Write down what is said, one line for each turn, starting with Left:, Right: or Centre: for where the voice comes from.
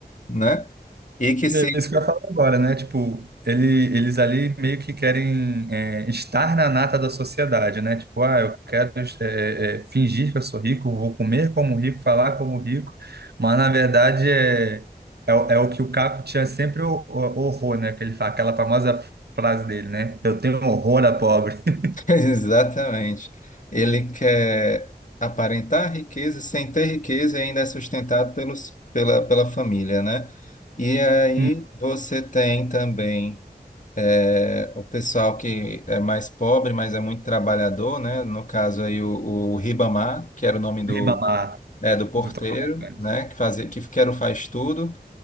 Left: né? E que se
Right: É isso que eu ia falar agora, né? Tipo, ele, eles ali meio que querem é, estar na nata da sociedade, né? Tipo, ah, eu quero é, é, é, fingir que eu sou rico, vou comer como rico, falar como rico, mas na verdade é, é, o é o que o Caco tinha sempre o, o- horror, né? Que ele fala, aquela famosa frase dele, né? Eu tenho horror a pobre. <laughs>
Left: <laughs> Exatamente. Ele quer aparentar riqueza sem ter riqueza e ainda é sustentado pelos, pela, pela família, né? E aí
Right: Hum,
Left: você tem também é, o pessoal que é mais pobre, mas é muito trabalhador, né? No caso aí o, o Ribamar, que era o nome do,
Right: Ribamar,
Left: é, do porteiro,
Right: do Tocantins.
Left: né? Que fazia, que que era o faz tudo,